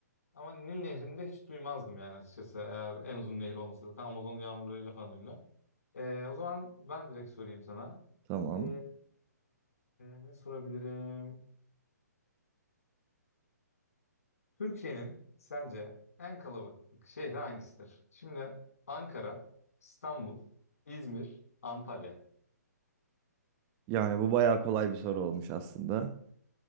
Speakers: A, on the left; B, on the right.
A: ama Nil Nehri'ni de hiç duymazdım yani açıkçası. Eğer en uzun nehir olması zaten Amazon yağmurlarıyla falan ünlü. Ee, o zaman ben direkt sorayım sana.
B: Tamam.
A: Ee, ne sorabilirim? Türkiye'nin sence en kalabalık şehri hangisidir? Şimdi Ankara, İstanbul, İzmir, Antalya.
B: Yani bu bayağı kolay bir soru olmuş aslında.